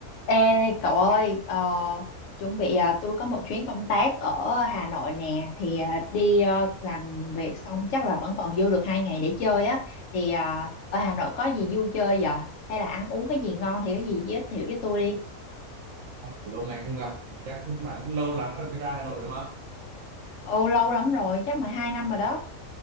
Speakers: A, on the left; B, on the right.
A: Ê cậu ơi, ờ, chuẩn bị ờ, tôi có một chuyến công tác ở Hà Nội nè, thì ờ, đi ờ, làm việc xong chắc là vẫn còn dư được hai ngày để chơi á. Thì ờ, ở Hà Nội có gì vui chơi vậy? Hay là ăn uống cái gì ngon thì có gì giới thiệu với tôi đi.
B: lâu ngày không gặp chắc bạn cũng lâu lắm rồi mới ra Hà Nội đúng không
A: Ồ lâu lắm rồi, chắc phải hai năm rồi đó.